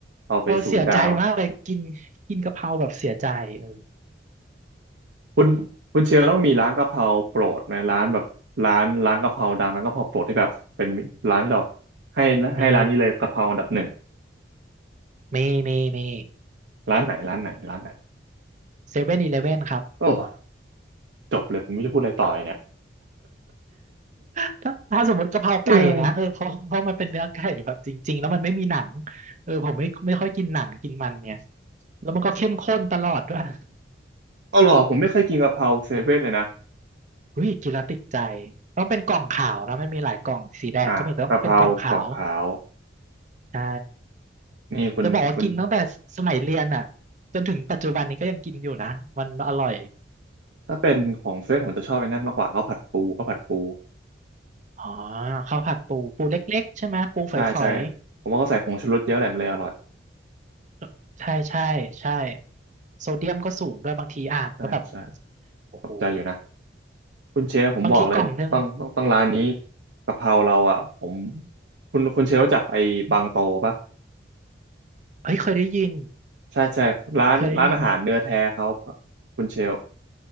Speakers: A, on the right (about 70°); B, on the right (about 40°).
A: เอาไปศูนย์ดาว
B: เออเสียใจมากเลยกินกินกะเพราแบบเสียใจเออ
A: คุณคุณเชียร์ต้องมีร้านกะเพราโปรดไหมร้านแบบร้านร้านกะเพราดังร้านกะเพราโปรดที่แบบเป็นร้านที่เราให้ให้ร้านนี้เลยกะเพราอันดับหนึ่ง
B: มีมีมีมี
A: ร้านไหนร้านไหนร้านไหน
B: เซเว่นอีเลเว่นครับ
A: โอ้จบเลยผมไม่รู้จะพูดอะไรต่อเลยเนี่ย
B: ถ้าถ้าสมมติกะเพราไก่นะเออเพราะเพราะมันเป็นเนื้อไก่แบบจริงๆแล้วมันไม่มีหนัง
A: เออ
B: เออผมไม่ไม่ค่อยกินหนังกินมันเนี่ยแล้วมันก็เข้มข้นตลอดด้วย
A: เอาหรอผมไม่เคยกินกะเพราเซเว่นเลยนะ
B: <laughs> อุ้ยกินแล้วติดใจต้องเป็นกล่องขาวนะมันมีหลายกล่องสีแดงก็มีแต่ต้องเป็นกล่องขาว
A: อ่ากะเพรากล่องขาว
B: ใช่
A: นี่คุณคุณ
B: จะบอกว่ากินตั้งแต่สมัยเรียนอ่ะจนถึงปัจจุบันนี้ก็ยังกินอยู่นะมันอร่อย
A: ถ้าเป็นของเซเว่นผมจะชอบไอ้นั่นมากกว่าข้าวผัดปูข้าวผัดปู
B: อ๋อข้าวผัดปูปูเล็กๆใช่ไหมปูฝอย
A: ใช่ใช่ผมว่าเขาใส่ผงชูรสเยอะแหละมันเลยอร่อย
B: ๆใช่ใช่ใช่โซเดียมก็สูงด้วยบางทีอ่านก็แบบ
A: ใช่ใช่
B: โอ้โห
A: ตกใจอยู่นะคุณเชฟผมบอกเลยต้องต้องต้องร้านนี้
B: บางทีกล่องหนึ่ง
A: กะเพราเราอ่ะผมคุณคุณเชฟรู้จักไอ้บางโตปะ
B: เฮ้ยเคยได้ยิน
A: ใช่ใช่ร้านร้านอาหารเนื้อแท้เขา
B: เคยได้ยิน
A: คุณเชล